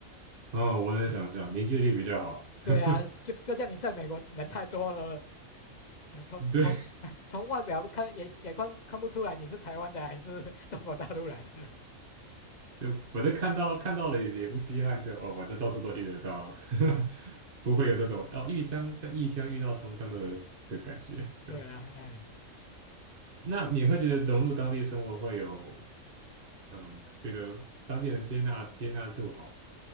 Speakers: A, on the right; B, on the left.
A: 哦，
B: 啊啊，
A: 我能想象凝聚力比较好。<laughs>
B: 对啊，就就像你在美国人太多了，哎，从从
A: 对，
B: <laughs> 从外表看也也看看不出来你是台湾的还是 <laughs> 中国大陆来的。
A: 就我都看到看到了也不稀罕就，哦，我这到处都遇得到，<laughs> 不会有那种哦异乡在异乡遇到同乡的的感觉。就
B: 对啊，哎，
A: 那你会觉得融入当地生活会有嗯，觉得当地人接纳接纳度好吗？